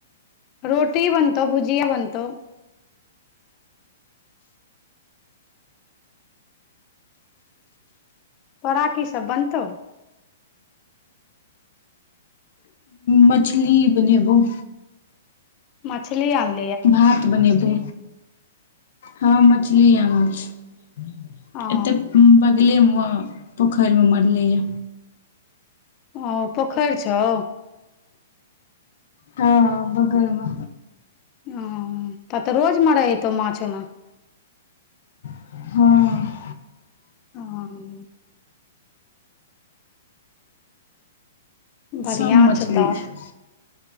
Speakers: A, on the left; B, on the left.
A: रोटी बनतौ भुजिया बनतो तोरा कि सभ बनतो।
B: मछली बनेबौ।
A: मछली आन।
B: भात बनेबै हाँ मछली भात।
A: ओ
B: एतेक बगले मे पोखैरिमे मरलैए।
A: ओ पोखेरि छौ।
B: हाँ हाँ बगल म।
A: ओ त तऽ रोज मारै हतौ माछ ओमे।
B: हुं
A: हाँ बढ़िया
B: सब मछली
A: छौ तऽ
B: छै